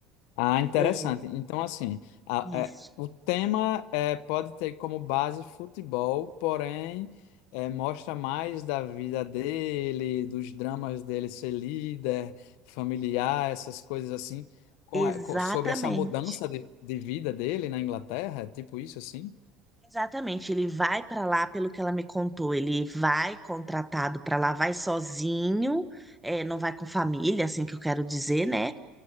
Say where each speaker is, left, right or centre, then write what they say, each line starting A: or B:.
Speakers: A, on the left; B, in the centre.
A: Ah, interessante.
B: É
A: Então, assim, a-
B: isso.
A: é, o tema é, pode ter como base futebol, porém é, mostra mais da vida dele, dos dramas dele ser líder, familiar, essas coisas assim, com-
B: Exatamente.
A: é, co- sobre essa mudança de, de vida dele na Inglaterra, é tipo isso assim?
B: Exatamente. Ele vai para lá, pelo que ela me contou, ele vai contratado para lá, vai sozinho, é, não vai com família, assim que eu quero dizer, né?